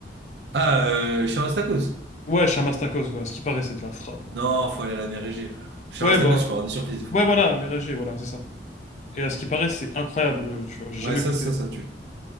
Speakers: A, on the right (about 75°); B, on the left (about 40°).
A: Ah, euh, Chamastakos.
B: Ouais, Chamas tacos, ouais. À ce qui paraît, c'est de la frappe, gros.
A: Non, faut aller à la mer Égée, frère. Chamastakos,
B: Ouais, bah.
A: tu peux avoir des surprises des fois.
B: Ouais, voilà, Mérégée, voilà, c'est ça. Et à ce qui paraît, c'est incroyable, tu vois. J'ai jamais
A: Ouais, ça,
B: goûté.
A: ça, ça tue.